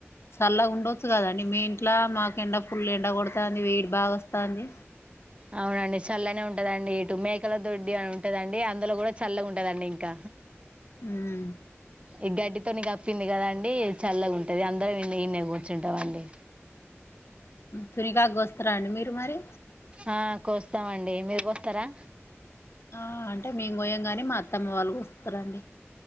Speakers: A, on the left; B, on the right.
A: చల్లగా ఉండొచ్చు కదండి మీ ఇంట్లో మాకు ఎంండ పుల్ండి డ గొడతాంది వేడి భా తాంది
B: అవునండి చల్లనే ఉంటదండి ఇటు మేకల దొడ్డి అని ఉంటదండి అందులో గూడా చల్లగా ఉంటుదండి ఇం క్క
A: హ్మ్
B: ఈ గడ్డితోనీ కప్పింది కదా అండి చల్లగా ఉంటుంది అందరం ఇ ఇన్నే కూర్చుంటాం అండి
A: తునిగాకు గోస్తరా అండి మీరు మరి
B: ఆ కోస్తామండి మీరు గోస్తారా
A: ఆ అంటే మే కోయం ని మా అత్తమ్మ వాళ్ళు గోస్తారండి